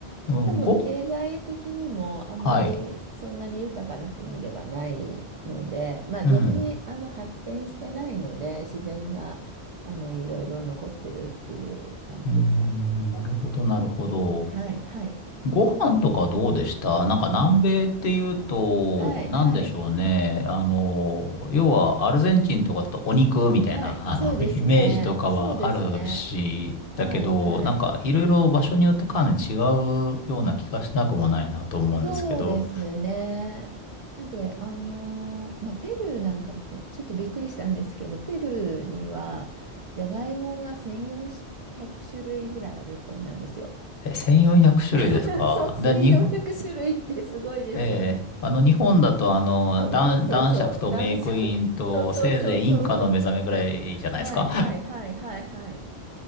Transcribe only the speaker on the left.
うん、
ご、
はい。
うん。
うーん、なるほど、なるほど。
ご飯とかどうでしたなんか南米っていうと、
なんでしょうね。
あの、要はアルゼンチンとかだとお肉みたいな、
あの、
<laughs> イメージとかはあるし、
だけど、
なんかいろいろ場所によってかなり違うような気がしなくもないなと思うんですけど、
え、1400種類ですかで、
日本、ええ、あの、日本だと、あの、
男、
男爵とメイクインと、
せいぜいインカの目覚めぐらいじゃないですか